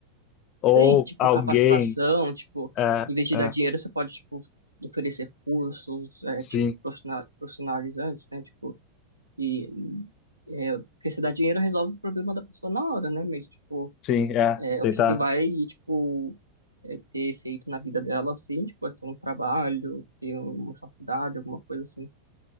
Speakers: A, on the left; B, on the right.
A: ou
B: Tem, tipo,
A: alguém,
B: capacitação, tipo,
A: é,
B: em vez de
A: é,
B: dar dinheiro, você pode, tipo, oferecer cursos, é,
A: sim,
B: tipo, profissional- profissionalizantes, né? Tipo, e, é, porque se dá dinheiro, resolve o problema da pessoa na hora, né? Mas, tipo,
A: sim, é,
B: é,
A: tentar,
B: o que que vai, tipo, é, ter efeito na vida dela, assim, tipo, é ter um trabalho, ter uma faculdade, alguma coisa assim.